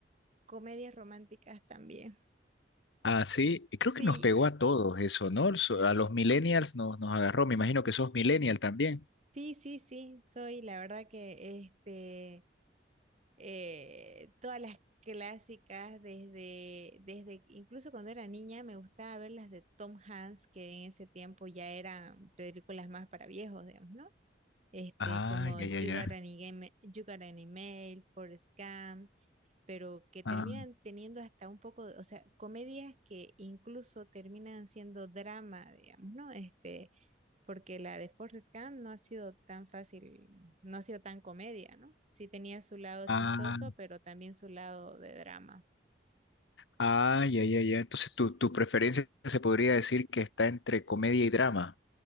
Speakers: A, on the right; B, on the left.
A: comedias románticas también.
B: Ah, sí. y Creo que
A: Sí,
B: nos pegó a todos eso, ¿no? So- A los millennials nos, nos agarró. Me imagino que sos millennial también.
A: sí, sí, sí, soy la verdad que este, eh, todas las clásicas desde, desde, incluso cuando era niña me gustaba ver las de Tom Hanks, que en ese tiempo ya eran películas más para viejos, digamos, ¿no? Este,
B: Ah,
A: como
B: ya,
A: You
B: ya, ya.
A: Got an Email, You Got an Email, Forrest Gump, pero que terminan
B: Ah,
A: teniendo hasta un poco, de- o sea, comedias que incluso terminan siendo drama, digamos, ¿no? Este, porque la de Forrest Gump no ha sido tan fácil, no ha sido tan comedia, ¿no? Sí tenía su lado
B: ah,
A: chistoso, pero también su lado de drama.
B: ah, ya, ya, ya. Entonces tu, tu preferencia se podría decir que está entre comedia y drama.